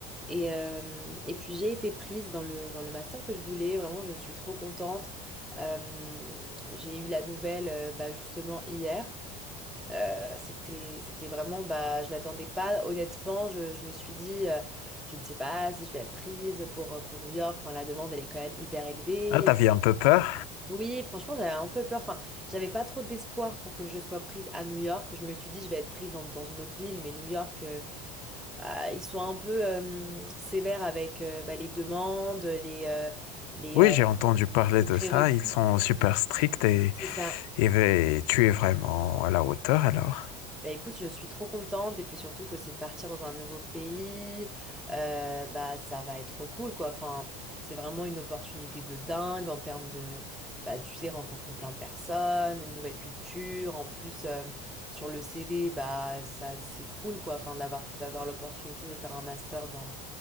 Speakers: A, in the centre; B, on the left (about 80°).
A: Et, euh, et puis j'ai été prise dans le, dans le master que je voulais. Vraiment, je suis trop contente. Euh, j'ai eu la nouvelle, euh, bah, justement, hier. Euh, c'était, c'était vraiment, bah, je m'attendais pas, honnêtement, je, je me suis dit, euh, je ne sais pas si je vais être prise pour, euh, pour New York, enfin, la demande, elle est quand même hyper élevée.
B: Ah, t'avais
A: Et puis,
B: un peu peur?
A: oui, franchement, j'avais un peu peur, enfin, j'avais pas trop d'espoir pour que je sois prise à New York. Je me suis dit, je vais être prise dans, dans une autre ville, mais New York, euh, euh, ils sont un peu euh, sévères avec euh, bah, les demandes, les, euh, les,
B: Oui,
A: euh,
B: j'ai entendu parler
A: les
B: de
A: prérequis.
B: ça. Ils sont super stricts et,
A: C'est ça.
B: et ve- tu es vraiment à la hauteur alors.
A: Bah écoute, je suis trop contente et puis surtout que c'est partir dans un nouveau pays, euh, bah ça va être trop cool quoi. Enfin, c'est vraiment une opportunité de dingue en termes de, bah tu sais, rencontrer plein de personnes, une nouvelle culture. En plus, euh, sur le CV, bah ça c'est cool quoi. Enfin, d'avoir d'avoir l'opportunité de faire un master dans